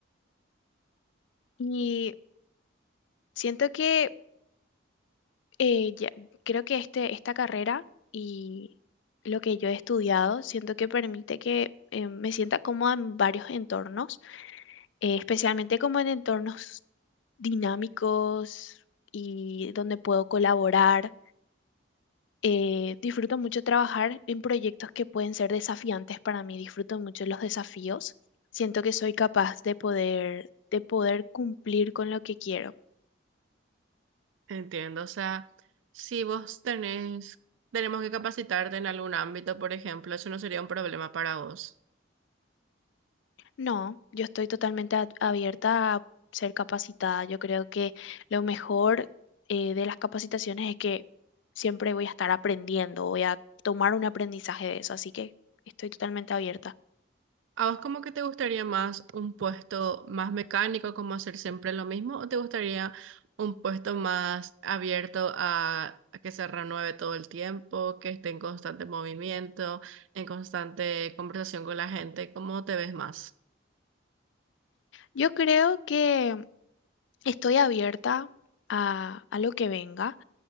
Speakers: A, on the left; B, on the right.
A: y siento que eh, ya- creo que este, esta carrera y lo que yo he estudiado, siento que permite que eh, me sienta cómoda en varios entornos, eh, especialmente como en entornos dinámicos y donde puedo colaborar Eh, disfruto mucho trabajar en proyectos que pueden ser desafiantes para mí. Disfruto mucho los desafíos. Siento que soy capaz de poder, de poder cumplir con lo que quiero.
B: Entiendo, o sea, si vos tenés, tenemos que capacitarte en algún ámbito, por ejemplo, eso no sería un problema para vos.
A: No, yo estoy totalmente a- abierta a ser capacitada. Yo creo que lo mejor eh, de las capacitaciones es que siempre voy a estar aprendiendo, voy a tomar un aprendizaje de eso, así que estoy totalmente abierta.
B: ¿A vos como que te gustaría más un puesto más mecánico, como hacer siempre lo mismo, o te gustaría un puesto más abierto a, a que se renueve todo el tiempo, que esté en constante movimiento, en constante conversación con la gente? ¿Cómo te ves más?
A: Yo creo que estoy abierta a, a lo que venga.